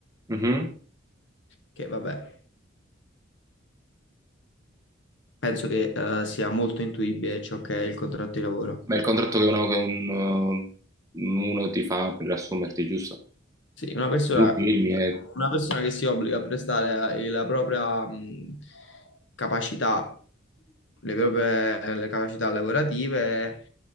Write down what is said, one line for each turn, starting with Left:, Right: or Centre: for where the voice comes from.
Right: Mhm.
Left: che vabbè, penso che eh, sia molto intuibile ciò che è il contratto di lavoro.
Right: Ma il contratto che uno, che un, eh, uno ti fa per assumerti, giusto?
Left: Sì, una persona,
Right: Tu firmi, e-
Left: una persona che si obbliga a prestare la propria mh, capacità, le proprie le capacità lavorative